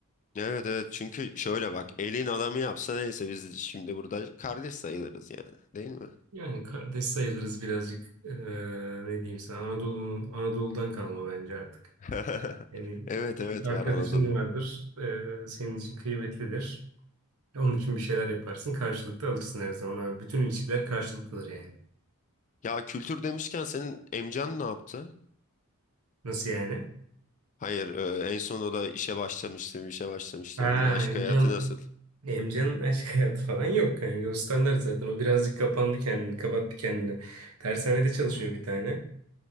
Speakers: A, on the left; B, on the right.
A: Evet evet çünkü şöyle bak elin adamı yapsa neyse biz şimdi burada kardeş sayılırız yani değil mi?
B: Yani kardeş sayılırız birazcık e, ne diyeyim sana Anadolu'nun Anadolu'dan kalma bence artık.
A: <laughs>
B: Yani
A: Evet
B: bir
A: evet
B: arkadaşın
A: var Anadolu.
B: vardır. e, senin için kıymetlidir. Onun için bir şeyler yaparsın. Karşılıklı alırsın her zaman abi. Bütün ilişkiler karşılıklıdır yani.
A: Ya kültür demişken senin emcan ne yaptı?
B: Nasıl yani?
A: Hayır, e, en son o da işe başlamıştı, işe başlamıştı.
B: Ha
A: Onun aşk
B: Emcan.
A: hayatı nasıl?
B: Emcan'ın aşk <laughs> hayatı falan yok kanka. O standart zaten. O birazcık kapandı kendini. Kapattı kendini. Tersanede çalışıyor bir tane.